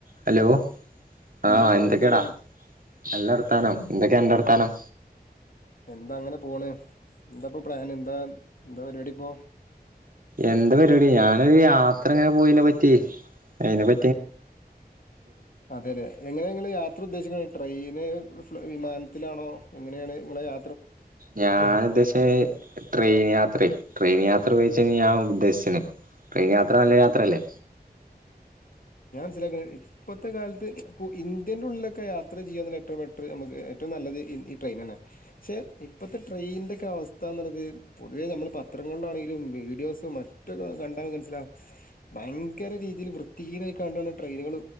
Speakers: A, on the right; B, on the left.
A: Hello
B: എന്തുണ്ട്
A: ആഹ് എന്തൊക്കെടാ,
B: വർത്താനം
A: നല്ല വർത്താനം. എന്തൊക്ക ണ്ട് അർത്താനം
B: എന്താ അങ്ങനെ പോണ് എന്താപ്പൊ പ്ലാന് എന്താ എന്താ പരിപാടി ഇപ്പോ
A: എന്ത് പരിപാടി ഞാനൊരു യാത്ര എങ്ങനെ പോയിതിനെ പറ്റി അയിനെ പ
B: അതെല്ലെ എങ്ങനെങ്ങള് യാത്ര ഉദ്ദേശിക്ക്ണ് ട്രെയിന് ഫ്ലൂ വിമാനത്തിലാണോ എങ്ങനെയാണ് നിങ്ങളെ യാ
A: ഞാൻ ഉദ്ദേശിച്ച ട്രെയിൻ യാത്രയെ ട്രെയിൻ യാ <unintelligible> വിച്ച ഞാ ഉദ്ദേശന്. ട്രെയിൻ യാത്ര നല്ല യാത്രയല്ലേ
B: സ്സിലാക്ക ഇപ്പോത്തെ കാലത്ത് ഇപ്പോ ഇന്ത്യൻ്റെ ഉള്ളിലൊക്കെ യാത്ര ചെയ്യനുള്ള ഏറ്റവും ബെറ്ററ് നമുക്ക് ഏറ്റവും നല്ലത് ഈ ഇ ട്രെയിൻ തന്നെ, പക്ഷേ ഇപ്പൊഴത്തെ ട്രെയിനി ൻ്റെ ഒക്കെ അവസ്ഥ എന്നുള്ളത് പൊതുവേ നമ്മൾ പത്രങ്ങളിലാണെങ്കിലും വീഡിയോസോ മറ്റൊകെ കണ്ടാൽ നമ്മുക് മനസ്സിലാും ഭയങ്കര രീതിയിൽ വൃത്തിഹീനമായികണ്ടാണ് ട്രെയിനുകൾ